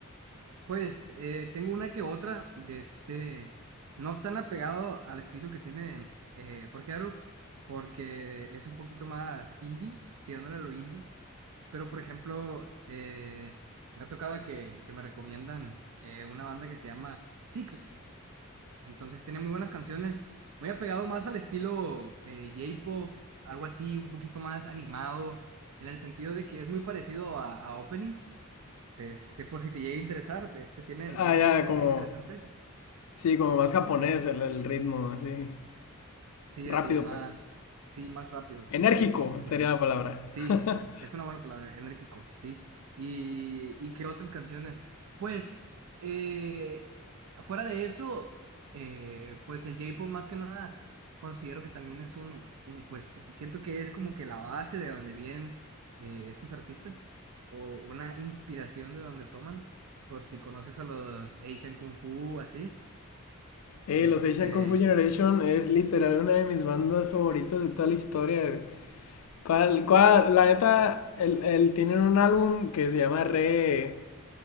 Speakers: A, on the right; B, on the left.
A: Pues eh, tengo una que otra de este, no tan apegado al estilo que tiene eh, Jorge Aru, porque es un poquito más indie, tirándole a lo indie. Pero, por ejemplo, eh, me ha tocado que, que me recomiendan eh, una banda que se llama Six. Entonces tiene muy buenas canciones, muy apegado más al estilo eh, J-pop, algo así, un poquito más animado, en el sentido de que es muy parecido a, a openings Este, por si te llega a interesar, este, tienen
B: Ah,
A: una
B: ya,
A: que otra canción
B: como...
A: interesante.
B: Sí, como más japonés el, el ritmo, así.
A: Sí,
B: Rápido,
A: así más,
B: pues.
A: sí, más rápido, sí,
B: Enérgico
A: sí, sí, literalmente.
B: sería la palabra.
A: Sí,
B: <laughs>
A: es una buena palabra, enérgico, sí. ¿Y, y qué otras canciones? Pues, eh, fuera de eso, eh, pues el J-pop más que nada, considero que también es un, un, pues siento que es como que la base de donde vienen eh, estos artistas, o una inspiración de donde toman, por si conoces a los Asian Kung Fu, así,
B: Eh,
A: de
B: los
A: este,
B: Asian Kung Fu Generation es literal una de mis bandas favoritas de toda la historia. güey. ¿Cuál, cuál? La neta, el, el- tienen un álbum que se llama Re.